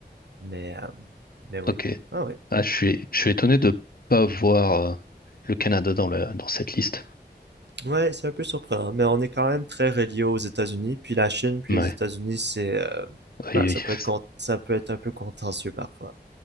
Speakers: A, on the right (about 80°); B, on the left (about 60°).
A: Mais, euh, mais oui.
B: ok.
A: Ah oui.
B: Ah, je suis, je suis étonné de pas voir euh, le Canada dans la, dans cette liste.
A: Ouais, c'est un peu surprenant, mais on est quand même très relié aux États-Unis, puis la Chine, puis
B: Ouais,
A: les États-Unis, c'est, euh,
B: oui,
A: bah, ça
B: oui. <laughs>
A: peut être con- ça peut être un peu contentieux parfois.